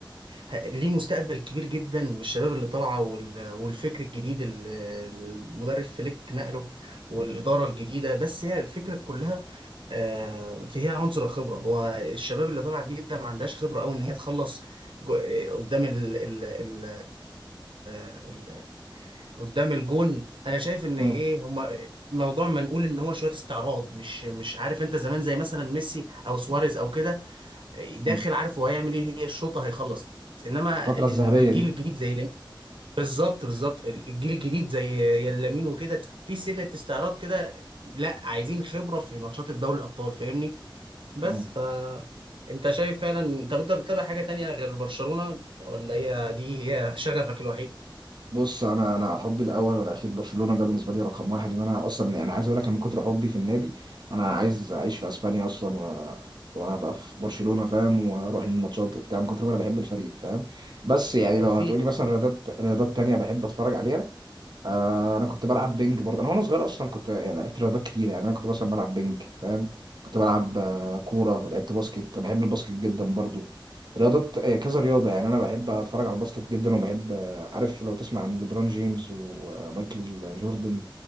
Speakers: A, on the right; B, on the right.
A: ه- ليه مستقبل كبير جدا من الشباب اللي طالعة وال- والفكر الجديد اللي المدرب فليك نقله والإدارة الجديدة بس هي الفكرة كلها آه، فيها عنصر الخبرة هو الشباب اللي طالعة جديدة ما عندهاش خبرة أوي إن هي تخلص جو- قدام ال ال ال ال قدام الجون انا شايف ان
B: مم.
A: ايه هما موضوع ما نقول ان هو شويه استعراض مش مش عارف انت زمان زي مثلا ميسي او سواريز او كده داخل
B: مم.
A: عارف هو هيعمل ايه هي الشوطه هيخلص انما
B: الفتره الذهبيه
A: الجيل
B: دي
A: الجديد زي لامين بالظبط بالظبط الجيل الجديد زي لامين وكده في سنه استعراض كده لا عايزين خبره في ماتشات الدوري الابطال فاهمني بس
B: مم.
A: ف انت شايف فعلا طب انت بتتابع حاجه تانية غير برشلونه ولا هي دي هي شغفك الوحيد
B: بص انا انا حبي الاول والاخير برشلونه ده بالنسبه لي رقم واحد ان انا اصلا انا عايز اقول لك من كتر حبي في النادي انا عايز اعيش في اسبانيا اصلا و... وهبقى في برشلونه فاهم واروح الماتشات وبتاع من كتر ما انا بحب الفريق فاهم بس يعني
A: توفيق
B: لو هتقولي مثلا رياضات رياضات تانية بحب اتفرج عليها آه انا كنت بلعب
A: مم.
B: بينج برضه انا وانا صغير اصلا كنت يعني لعبت رياضات كتير يعني انا كنت مثلا بلعب بينج فاهم كنت بلعب آه كوره لعبت باسكت أنا بحب الباسكت جدا برضه رياضات آه كذا رياضه يعني انا بحب اتفرج على الباسكت جدا وبحب آه عارف لو تسمع عن ليبرون جيمس ومايكل جوردن